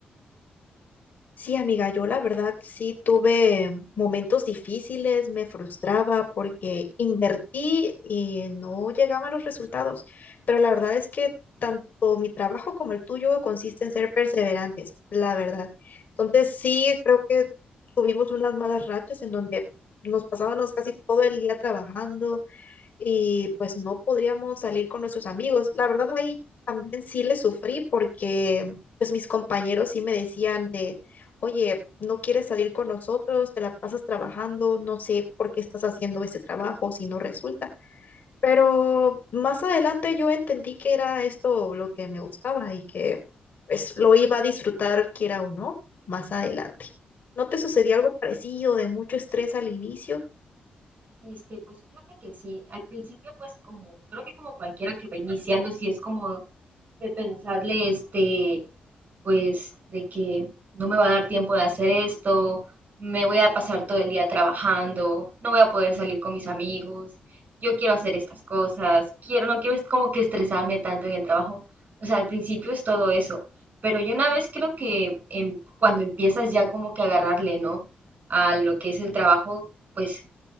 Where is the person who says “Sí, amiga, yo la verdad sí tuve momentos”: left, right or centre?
Left